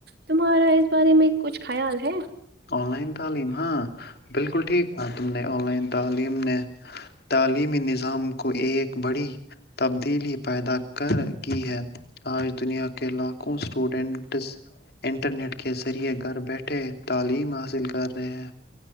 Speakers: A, on the right; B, on the left.
A: تمہارا اس بارے میں کچھ خیال ہے
B: آن لائن تعلیم ہاں بالکل ٹھیک کہا تم نے آن لائن تعلیم نے تعلیمی نظام کو ایک بڑی تبدیلی پیدا کر کی ہے آج دنیا کے لاکھ کو اسٹوڈینٹس انٹرنیٹ کے ذریعے گھر بیٹھے تعلیم حاصل کر رہے ہیں